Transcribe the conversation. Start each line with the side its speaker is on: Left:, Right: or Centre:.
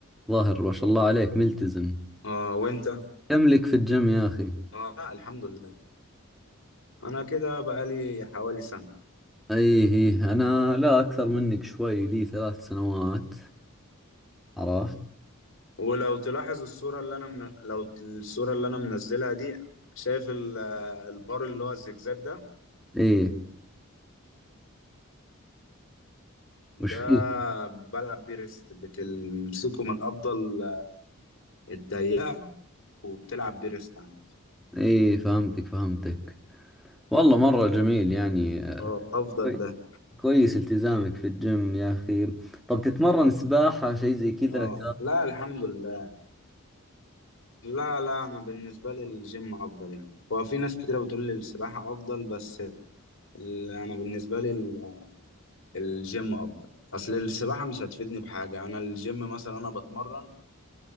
Centre: ظاهر ما شاء الله عليك ملتزم
Left: اه وانت
Centre: كم لك في الجيم يا اخي
Left: اه الحمد لله انا كده بقالي حوالي سنه
Centre: ايه ايه انا لا اكثر منك شوي لي ثلاث سنوات عرفت
Left: ولو تلاحظ الصورة اللي أنا من... لو ت- الصورة اللي أنا منزلها دي شايف ال- البار اللي هو الزجزاج ده
Centre: ايه
Left: ده
Centre: وش فيه
Left: بلعب بيه ريست بتمسكه من الأفضل الضيقة وبتلعب بيه ريست عندي
Centre: ايه فهمتك فهمتك والله مرة جميل يعني
Left: اه أفضل
Centre: كوي-
Left: ده
Centre: كويس التزامك في الجيم يا أخي طب تتمرن سباحة شيء زي كذا
Left: اه لا الحمد لله لا لا أنا بالنسبة لي الجيم أفضل يعني هو في ناس كتيرة بتقول لي السباحة أفضل بس ال- أنا بالنسبة لي ال- الجيم أفضل أصل السباحة مش هتفيدني بحاجة أنا الجيم مثلا أنا بتمرن